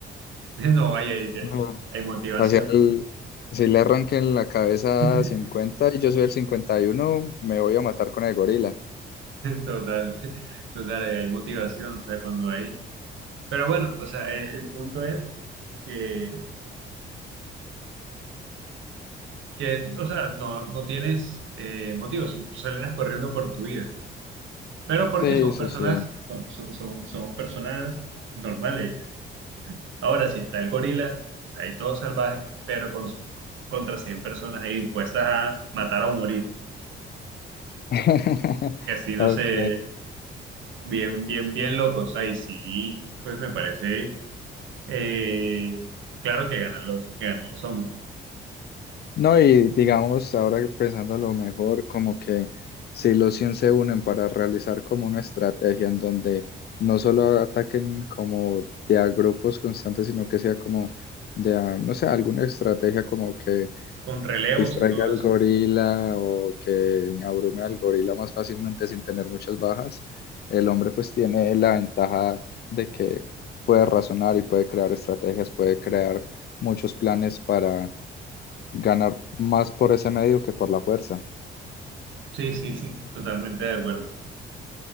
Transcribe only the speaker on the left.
Ajá.
Hacia el- si le arranquen la cabeza
a 50 y yo soy el 51, me voy a matar con el gorila.
Sí,
sí,
sí.
<laughs>
Ok.
No, y digamos, ahora pensando lo mejor, como que si los 100 se unen para realizar como una estrategia en donde no solo ataquen como de a grupos constantes, sino que sea como de a, no sé, alguna estrategia como que
distraiga
al
gorila o que abrume al gorila más fácilmente sin tener muchas bajas, el hombre pues tiene la ventaja de que puede razonar y puede crear estrategias, puede crear muchos planes para ganar más por ese medio que por la fuerza.